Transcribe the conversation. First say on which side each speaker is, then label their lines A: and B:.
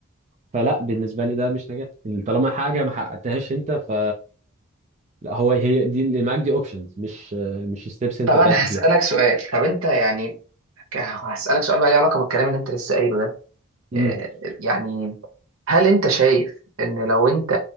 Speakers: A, on the right; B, on the right.
A: فلا بالنسبه لي ده مش نجاح يعني طالما حاجه ما حققتهاش انت ف لا هو هي دي اللي معاك دي اوبشنز مش مش ستيبس انت
B: طب انا
A: تعبت
B: هسألك
A: فيها
B: سؤال طب انت يعني ك- هسألك سؤال بقى ليه علاقة بالكلام اللي انت لسه قايله ده
A: امم
B: آه، يعني هل انت شايف ان لو انت